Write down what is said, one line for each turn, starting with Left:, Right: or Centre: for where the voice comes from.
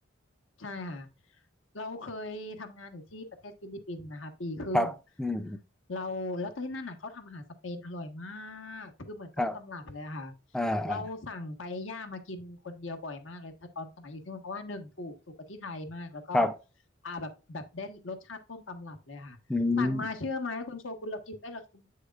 Left: ใช่ค่ะเราเคยทำงานอยู่ที่ประเทศฟิลิปปินส์นะคะปีครึ่ง
Centre: ครับอืม
Left: เราแล้วที่นั่นน่ะเขาทำอาหารสเปนอร่อยมากคือเหมือนต้นตำรับเลยอะค่ะ
Centre: ครับอ่าอ่า
Left: เราสั่งปาเอญ่ามากินคนเดียวบ่อยมากเลยตอนสมัยอยู่ที่นู่นเพราะว่าหนึ่งถูกถูกกว่าที่ไทยมากแล้วก็
Centre: ครับ
Left: อ่าแบบแบบได้รสชาติต้นตำรับเลยค่ะสั่งมาเชื่อไหมคุณโชกุนเรากินเอ้ยเราคุณ
Centre: อืม